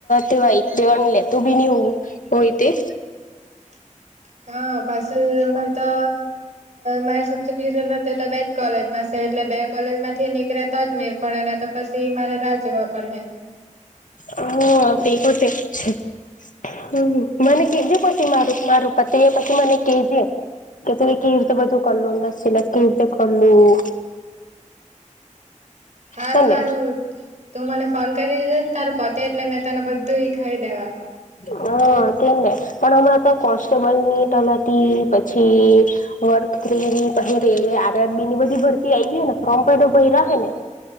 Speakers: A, on the left; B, on the right.
A: જોઈ એક દવા લેું બી નહી હોવું હોય <unintelligible>
B: <unintelligible> હા પાછ અમારે તો મા સબચ ક્લી બે કોલેજમાં છે એટલે બે કોલેજમાં થી નીકળે તો અજમેર પડે ને તો પછી મારે રાહ જોવા પડેે
A: હ તે પણ જ છે હ મને કજું પતી મારું મારું પત પછી મને કજ કે તું કવી રીતે બધું કરલું અંદસ ચિલાક કવી રીતે કરલું
B: હારું
A: હે ને
B: હારું તું મને ફોન કરી દીધો ને તાર પોતે એટલે મેં તને બધું ખાવી દેવા
A: હા તેમ ને પણ હમણાં તો કોન્સ્ટેબલની તલાતી પછી વર્ક થ્રી પહે આરત બીની બધી ભરતી આવી ને ફોર્મ પ ભય ને